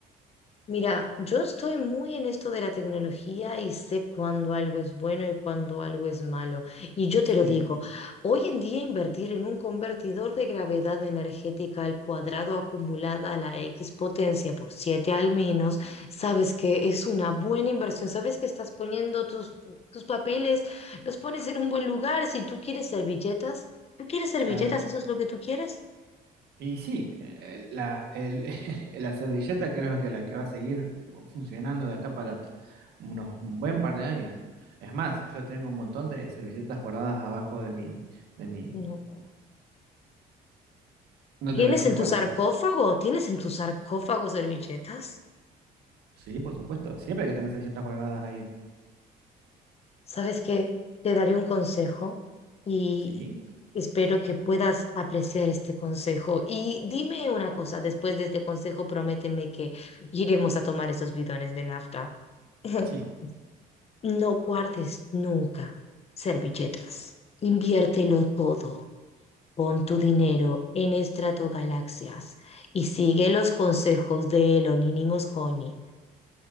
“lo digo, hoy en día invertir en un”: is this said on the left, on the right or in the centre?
Left